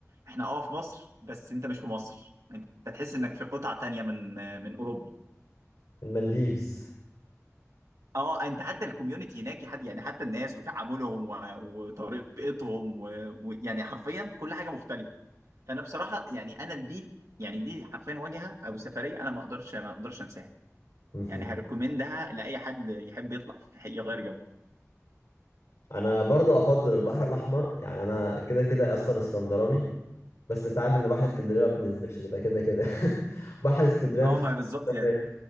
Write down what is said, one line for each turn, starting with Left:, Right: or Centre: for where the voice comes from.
Right: احنا اه في مصر بس انت مش في مصر انت تحس انك في قطعه تانيه من من اوروبا
Left: المالديفز
Right: اه انت حتى الكوميونتي هناك حد يعني حتى الناس وتعاملهم و- وطريقتهم و- ويعني حرفيا كل حاجه مختلفه فانا بصراحه يعني انا دي يعني دي حرفيا واجهه او سفريه انا ما اقدرش ما اقدرش انساها
Left: <laughs>
Right: يعني هريكومندها لاي حد يحب يطلع <laughs> يغير جو
Left: انا برضو افضل البحر الاحمر يعني انا كده كده اصلا اسكندراني بس انت عارف ان بحر اسكندريه ما بننزلش كده كده كده <laughs> بحر اسكندريه
Right: اه
Left: مش
Right: ما بالظبط
Left: <laughs>
Right: يعني